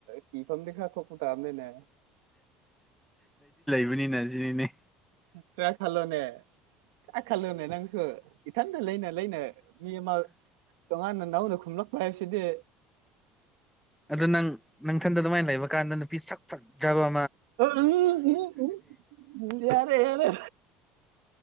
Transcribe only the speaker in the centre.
ꯅꯤꯅꯦ ꯖꯤꯅꯤꯅꯦ
ꯑꯗꯨ ꯅꯪ ꯅꯪꯊꯟꯗ ꯑꯗꯨꯃꯥꯏꯅ ꯂꯩꯕ ꯀꯥꯟꯗ ꯅꯨꯄꯤ ꯁꯛ ꯐꯠꯖꯕ